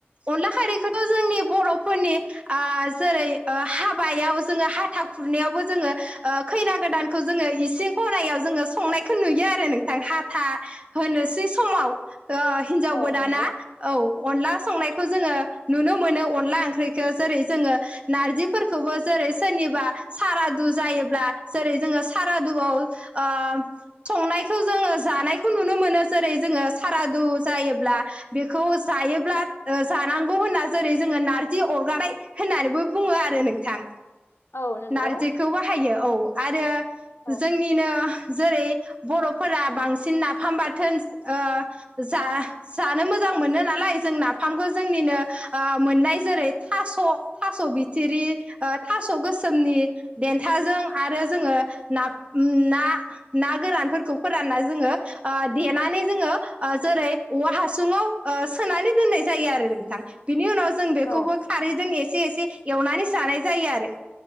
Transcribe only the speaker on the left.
औ
नंगौ
औ नंगौ
औ
औ